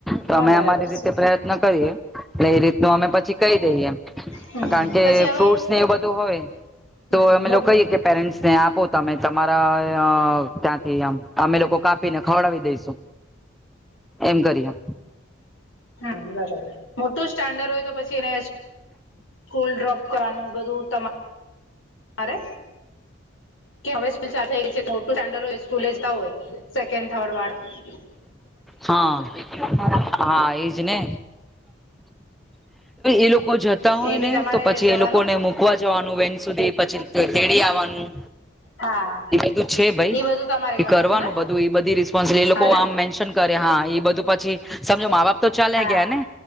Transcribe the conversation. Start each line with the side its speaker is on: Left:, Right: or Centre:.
Centre: તો
Left: ના
Centre: અમે
Left: બરાબર
Centre: અમારી રીતે
Left: છે
Centre: પ્રયત્ન કરીએ એટલે એ રીતનું અમે પછી કહી દઈએ
Left: હમ
Centre: એમ કારણ કે
Left: પછી હવે
Centre: ફ્રૂટ્સ ને એ બધું હોય તો
Left: હમ
Centre: અમે
Left: મો
Centre: લો કહીએ કે પેરેન્ટ્સ ને આપો તમે તમારા ત્યાંથી અમે લોકો કાપીને ખવડાવી દઈશુ એમ કરીને
Left: હ બરાબર મોટું સ્ટાન્ડર્ડ હોય તો પછી એને સ્કૂલ ડ્રોપ કરવાનું બધું તમા રે કે અવે સ્કુલ ચાલુ થઈ ગય છે, <unintelligible> હોય સ્કૂલે જતા હોય સેકન્ડ થર્ડ વાળા
Centre: હા હા એજ ને એ લોકો જતા હોય
Left: એ બી
Centre: ને
Left: તમારે
Centre: તો પછી
Left: જવાનું
Centre: એ લોકો ને મુકવા જવાનું વેન સુધી તેડી આવાનું
Left: હા
Centre: છે ભાઈ
Left: એ બધું તમારે
Centre: એ કરવાનું
Left: ને
Centre: બધું એ બધી રિસ્પોન્સ એ લોકો
Left: હા ને
Centre: આમ મેન્શન કરે હા એ બધું પછી સમજો મા બાપ તો ચાલ્યા
Left: હા
Centre: ગયા ને